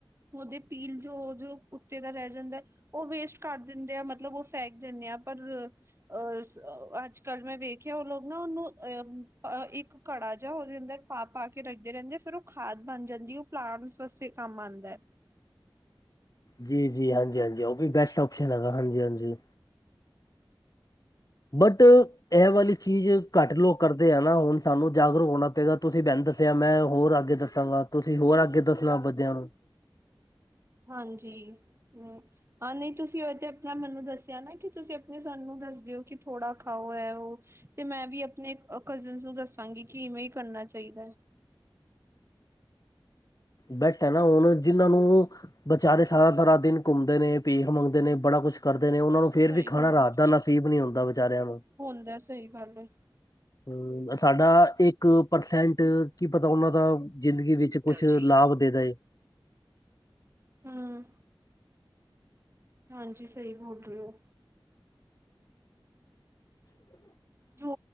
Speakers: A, on the right; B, on the left.
A: ਉਦੇ ਪੀਲ ਜੋ-ਜੋ ਉੱਤੇ ਦਾ ਰੈ ਜਾਂਦਾ ਉਹ ਵੇਸਟ ਕਰ ਦਿੰਦੇ ਆ ਮਤਲਬ ਉਹ ਫੈਕ ਦਿੰਦੇ ਹਾਂ ਪਰ ਅਹ-ਅਜ ਕਲ ਮੈਂ ਵੇਖਿਆ ਉਹ ਲੋਕ ਨੋ-ਨੋ, ਅਹ ਇੱਕ ਘੜਾ ਜਿਹਾ ਉਹਦੇ ਅੰਦਰ ਪਾ-ਪਾ ਕੇ ਰੱਖਦੇ ਰਹਿੰਦੇ ਆ ਫੇਰ ਉਹ ਖਾਦ ਬਣ ਜਾਂਦੀ। ਪਲਾਂਟਸ ਵਾਸਤੇ ਕੰਮ ਆਉਂਦਾ ਹੈ।
B: ਜੀ-ਜੀ, ਹਾਂਜੀ-ਹਾਂਜੀ, ਉਹ ਵੀ ਬੈਸਟ ਓਪਸਨ ਹੈਗਾ ਹਾਂਜੀ-ਹਾਂਜੀ। ਬਟ ਇਹ ਵਾਲੀ ਚੀਜ਼ ਘੱਟ ਲੋਕ ਕਰਦੇ ਆ ਨਾ, ਹੁਣ ਸਾਨੂੰ ਜਾਗਰੂਕ ਹੋਣਾ ਪਏਗਾ, ਤੁਸੀਂ ਬੈਨੀ੍ਹ ਦੱਸਿਆ ਮੈਂ ਹੋਰ ਅਗੇ ਦੱਸਿਆ। ਸਾਨੂੰ ਆਪ, ਤੁਸੀਂ ਹੋਰ ਅੱਗੇ ਦੱਸਣਾ ਬੱਦਿਆਂ ਨੂੰ।
A: ਹਾਂਜੀ, ਹੂੰ। ਹਾਂ, ਨਹੀਂ ਤੁਸੀਂ ਉਹ ਤੇ ਆਪਣਾ ਮੈਨੂੰ ਦੱਸਿਆ ਨਾ ਕਿ ਤੁਸੀਂ ਆਪਣੇ ਸਾਨੂੰ ਦੱਸ ਦਿਓ ਕਿ ਥੋੜ੍ਹਾ ਖਾਓ, ਐ-ਉਹ ਤੇ ਮੈਂ ਵੀ ਆਪਣੇ ਕਜਨ ਨੂੰ ਦੱਸਾਂਗੀ ਕਿ ਇਵੇਂ ਹੀ ਕਰਨਾ ਚਾਹੀਦਾ ਐ।
B: ਬੈਸ ਹੈਨਾ, ਹੁਣ ਜਿਨਾਂ ਨੂੰ ਵਿਚਾਰੇ ਸਾਰਾ-ਸਾਰਾ ਦਿਨ ਘੁੰਮਦੇ ਨੇ, ਭੀਖ ਮੰਗਦੇ ਨੇ, ਬੜਾ ਕੁਛ ਕਰਦੇ ਨੇ ਉਹਨਾਂ ਨੂੰ ਫੇਰ
A: ਸਹੀ
B: ਵੀ ਖਾਣਾ
A: ਗੱਲ
B: ਰਾਤ
A: ਏ
B: ਦਾ ਨਸੀਬ ਨੀ ਹੁੰਦਾ, ਵਿਚਾਰਿਆਂ ਨੂੰ
A: ਹੁੰਦਾ ਸਹੀ ਗੱਲ ਏ।
B: ਹੂੰ, ਸਾਡਾ ਇੱਕ ਪਰਸੈਂਟ ਕੀ ਪਤਾ ਉਹਨਾਂ ਦਾ ਜ਼ਿੰਦਗੀ ਵਿੱਚ ਕੁਛ
A: ਦਲਜੀਤ
B: ਲਾਭ ਦੇ ਦੇ
A: ਹੂੰ। ਹਾਂਜੀ, ਸਹੀ ਬੋਲ ਰਹੇ ਓ।
B: <inaudible>
A: ਜੋ